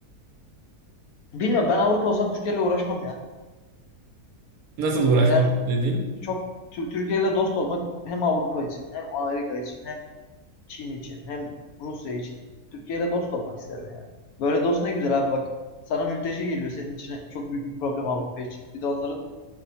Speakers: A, on the left; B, on the right.
A: Bilmiyorum ben Avrupa olsam Türkiye ile uğraşmam ya.
B: Nasıl uğraşmam
A: Ben
B: dediğin.
A: çok Tü- Türkiye ile dost olmak hem Avrupa için hem Amerika için hem Çin için hem Rusya için. Türkiye ile dost olmak isterim yani. Böyle dost ne güzel abi bak. Sana mülteci geliyor senin içine çok büyük bir problem Avrupa için. Bir de onların